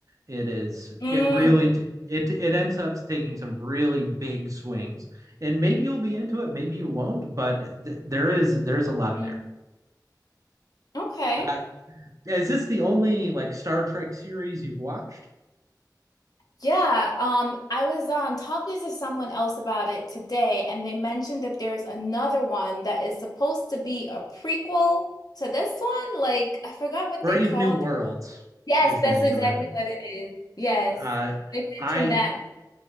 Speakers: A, on the right; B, on the left.
A: It is
B: Mm.
A: it really t- it it ends up taking some really big swings, and maybe you'll be into it, maybe you won't, but th- there is there's a lot
B: Mm.
A: there.
B: Okay.
A: Uh, is this the only like Star Trek series you've watched?
B: Yeah, um, I was um talking to someone else about it today, and they mentioned that there's another one that is supposed to be a prequel to this one. Like, I forgot what
A: Brave
B: they called
A: New Worlds
B: Yes,
A: is the
B: that's
A: name
B: exactly
A: of it.
B: what it is. Yes.
A: Uh,
B: They
A: I
B: mentioned that one.